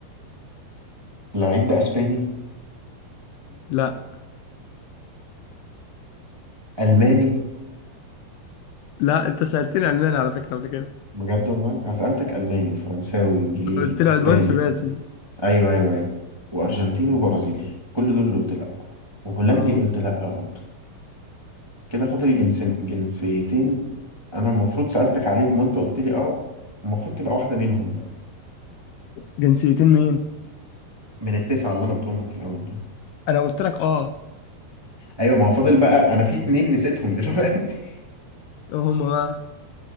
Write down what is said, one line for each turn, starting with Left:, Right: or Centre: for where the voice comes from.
Right: اللعيب ده اسباني
Left: لا
Right: الماني
Left: لا انت سألتني علمان على فكرة قبل كده
Right: بجد والله انا سالتك الماني وفرنساوي وانجليزي
Left: قلت
Right: واسباني
Left: لي عدوان ثلاثي
Right: ايوه ايوه ايوه وارجنتيني وبرازيلي كل دول قلت لا وهولندي
Left: اه
Right: قلت لا برضه كده فاضل جنسين جنسيتين انا المفروض سالتك عليهم وانت قلت لي اه المفروض تبقى واحده منهم بقى
Left: جنسيتين مين
Right: من التسعه اللي انا قلتهم لك في الاول دول
Left: انا قلت لك اه
Right: ايوه ما هو فاضل بقى انا في اتنين نسيتهم دلوقتي
Left: هما بقى